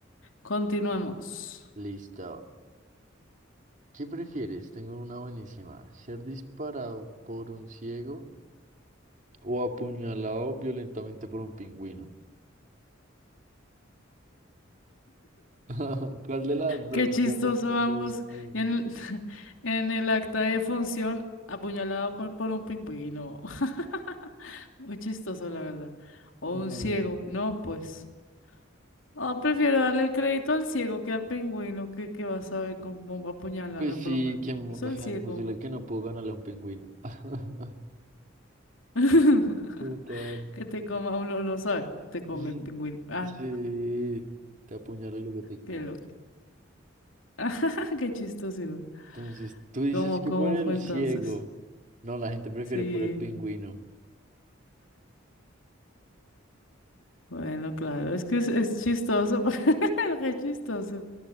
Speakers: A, on the left; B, on the right.
A: Continuamos.
B: Listo. ¿Qué prefieres? Tengo una buenísima. ¿Ser disparado por un ciego o apuñalado violentamente por un pingüino? <laughs> ¿Cuál de las dos?
A: Qué chistoso
B: ¿Cuál de las
A: ambos.
B: dos? <laughs>
A: Y en el, <laughs> en el acta de función, apuñalado por, por un pingüino. <laughs> Muy chistoso, la verdad. O
B: Eh,
A: un
B: no,
A: ciego.
B: no, no.
A: No, pues. Ah, prefiero darle el crédito al ciego que al pingüino que, que va a saber cómo apuñalarme,
B: Pues sí,
A: por lo menos
B: que, o
A: el
B: sea,
A: ciego.
B: imposible que no puedo ganarle a un pingüino. <laughs>
A: <laughs>
B: Total.
A: Que te coma, uno no sabe, te come
B: Sí,
A: el pingüino. Ah,
B: sí, te apuñalo y luego te como.
A: qué loco. <laughs> Qué chistoso.
B: Entonces, tú dices
A: ¿Cómo,
B: que
A: cómo
B: por el
A: fue entonces?
B: ciego. No, la gente prefiere
A: Sí,
B: por el pingüino.
A: bueno, claro, es que es, es chistoso, <laughs> qué chistoso